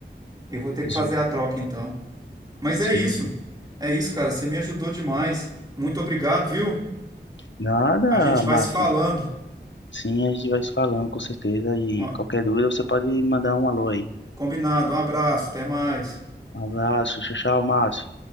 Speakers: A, on the right; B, on the left.
A: Eu vou ter que
B: Isso-
A: fazer a troca então. Mas
B: Sim,
A: é isso.
B: sim.
A: É isso, cara. Você me ajudou demais. Muito obrigado, viu?
B: Nada,
A: A gente vai
B: Márcio.
A: se falando.
B: Sim, a gente vai se falando, com certeza. E
A: Ó,
B: qualquer dúvida, você pode mandar um alô aí.
A: Combinado. Um abraço. Até mais.
B: Um abraço, tchau, tchau, Márcio.